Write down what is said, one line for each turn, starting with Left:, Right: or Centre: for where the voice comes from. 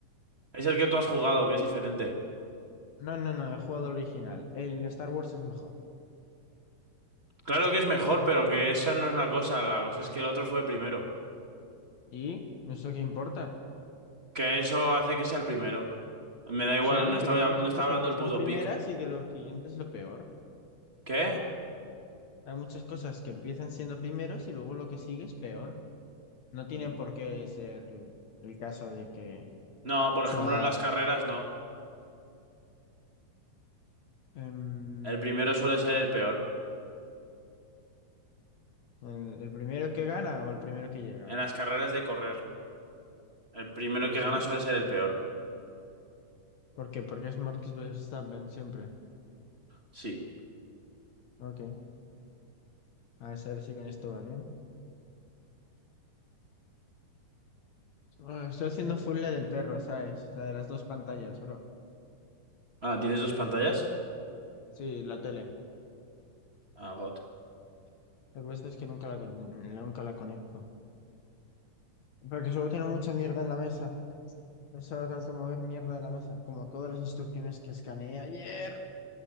Right: Es el que tú has jugado, que es diferente.
Left: No, no, no, he jugado el original. El Star Wars es mejor.
Right: Claro que es mejor, pero que esa no es la cosa. La cosa es que el otro fue primero.
Left: ¿Y? ¿Eso qué importa?
Right: Que eso hace que sea el primero. Me da igual,
Left: Sí,
Right: no estaba,
Left: pero hay muchas
Right: no estaba
Left: cosas
Right: hablando
Left: que
Right: del
Left: son
Right: puto
Left: primeras
Right: pick.
Left: y que lo siguiente es lo peor.
Right: ¿Qué?
Left: Hay muchas cosas que empiezan siendo primeros y luego lo que sigue es peor. No tiene
Right: Mm,
Left: por qué ser el caso de que
Right: No, por
Left: sea
Right: ejemplo, en las carreras no.
Left: Em,
Right: El primero suele ser el peor.
Left: el, el primero que gana o el primero que llega.
Right: En las carreras de correr, el primero
Left: Por
Right: que
Left: eso.
Right: gana suele ser el peor.
Left: ¿Por qué? Porque es Marcus Verstappen siempre.
Right: Sí.
Left: Ok. A ver si con esto va bien. Ah, estoy haciendo full la del perro, ¿sabes? La de las dos pantallas, bro.
Right: Ah, ¿tienes dos pantallas?
Left: Sí, la tele.
Right: Ah, God.
Left: Lo que pasa es que nunca la, con- nunca la conecto. Porque solo tengo mucha mierda en la mesa. Solo tengo que mover mierda de la mesa. Como todas las instrucciones que escaneé ayer.